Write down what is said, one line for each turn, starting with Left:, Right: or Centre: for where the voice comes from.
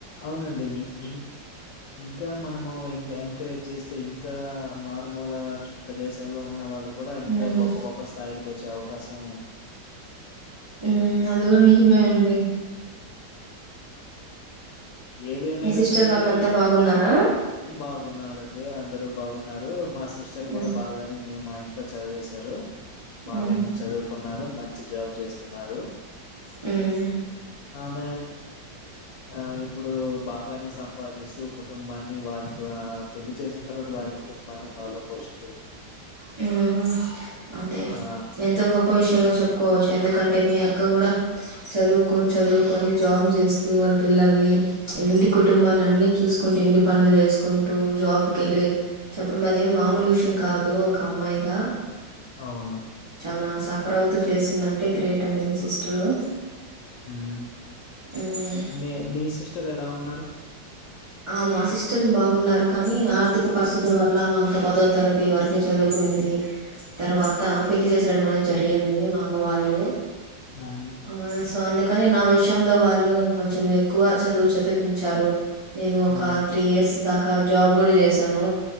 Left: అవునండి ఇన్ ఇన్ ఇంకా మనము ఎంకరేజ్ చేస్ ఇంకా మారుమూల ప్రదేశాల్లో ఉన్న వాళ్ళు కూడా ఇంకా
Right: మ్మ్
Left: గొప్ప గొప్ప స్థాయిలు కు వచ్చే అవకాశం
Right: హ్మ్ అది కూడా నిజమే అండి
Left: ఏదేమమైనప్పటికీ
Right: మీ సిస్టర్ వాళ్ళంతా బాగున్నారా
Left: బాగున్నారండి అందరూ బాగున్నారు మా సిస్టర్
Right: మ్మ్
Left: కూడా బాగానే మేము మా ఇ అట్లో చదివేశారు బాగానే
Right: మ్మ్
Left: చదువుకున్నారు మంచి జాబ్ చేస్తున్నారు
Right: హ్మ్
Left: మ ఆ ఎ ఓ బాగానే సంపాదిస్తూ కుటుంబాన్ని వారికి పెళ్లి చేసిన తర్వాత వారి కుటుంబాన్ని బాగా పోషి
Right: హ్మ్ అదే
Left: ఆ
Right: ఎంతో గొప్ప విషయంగా చెప్పుకోవచ్చు ఎందుకంటే మీ అక్క కూడా చదువుకో చదువుకొని జాబ్ చేస్తూ వాళ్ళ పిల్లల్ని ఇంటి కుటుంబాన్ని అన్ని చూకుంటూ ఇంటి పనులు చేసుకుంటూ జాబ్ కి వెళ్ళి చెప్పడం అ ఏ మామూలు విషయం కాదు ఒక అమ్మాయిగా
Left: అవును
Right: తన సఫర్ అవుతూ చేస్తుందంటే గ్రేట్ అండి మీ సిస్టరు
Left: హ్మ్
Right: మ్మ్
Left: మీ మీ సిస్టర్ ఎలా ఉన్నారు
Right: ఆ మా సిస్టర్ బాగున్నారు కానీ ఆర్థిక పరిస్థితుల వల్ల మా అక్క పదో తరతి వరకే చదువుకునింది తర్వాత పెళ్లిి చేసేయడం అనేది జరిగింది మా అమ్మ వాళ్ళు
Left: హ్మ్
Right: ఆ సో అందుకని నా విషయంలో వాళ్ళు కొంచెం ఎక్కువ చదువు చదివిపించారు నేను ఒక
Left: హ్మ్
Right: త్రీ ఇయర్స్ దాకా జాబ్ కూడా చేస్ తను